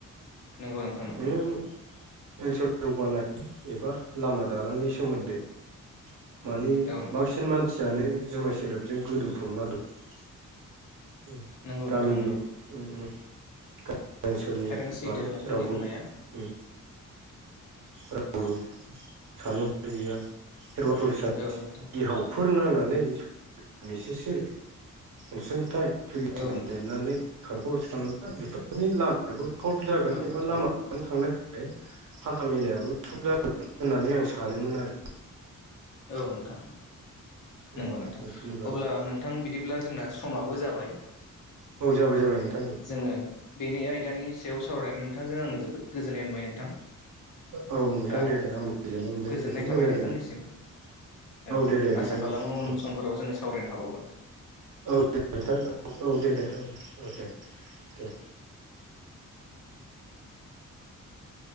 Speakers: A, on the left (about 70°); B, on the right (about 75°).
A: नोंगौ नोंथां
B: नोङो
A: थारैनो।
B: ओनसोल जौगानाय एबा लामा दालांनि सोमोन्दै माने
A: औ नोंथां
B: बांसिन मानसियानो जुमाय सेरेबजों गोदोफबना दं।
A: नंगौ
B: गामिनि
A: नोंथां नंगौ
B: ओम उम गामि ओनसोलनि
A: थारैनो सैथो
B: बै
A: नोंथांनि
B: रावबो
A: बुंनाया
B: उम रावबो साननो ह नो गैया। सोरबाफोरसा
A: औ नोंथां
B: बिहावफोर नांनानै एसेसो अनसुंथाइस
A: औ
B: लिरनानै
A: नोंथां
B: खारखरस खालामा बेफोरनि लामायाबो सल्भ जागोन
A: औ
B: एबा
A: नोंथां
B: लाम
A: नंगौ
B: थांलायै हान्था मेलायाबो सब जागोन होननानै आं सानोमोन आरो।
A: औ नोंथां
B: बेफोरनि
A: नंगौ नोंथां
B: बागै
A: ।अब्ला नोंथां नंगौ बिदिब्ला जोंना सम- समाबो जाबाय
B: औ जाबाय जाबाय नोंथां
A: जोङो बेनि आइ बिदानि सायाव सावरायनानै नोंथांजों आङो जोबोद गोजोननाय मोनबाय नोंथां।
B: औ नोंथां
A: दा
B: दे दे आंबो गोजोननाय मोनदों
A: गोजोननाय
B: जोबोद मोजां
A: थाबाय नोंथांनिसिम।
B: गोजोननाय
A: औ
B: दे दे नोंथां
A: आसा खालामो
B: दे
A: उन
B: औ
A: समफोराव जोङो सावरायनो हाबावगो।
B: औ दे नोंथां औ औ दे दे नोंथां औ दे दे